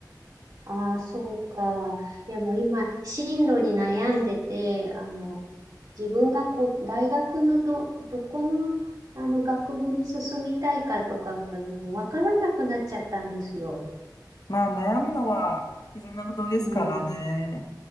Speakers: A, on the right; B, on the left.
A: あ、ああ、そうか。いやもう今、進路に悩んでて、あの、自分がこう、大学のど、どこの、あの、学部に進みたいかとかがわからなくなっちゃったんですよ。
B: まあ悩むのは必然なことですからね。
A: うん。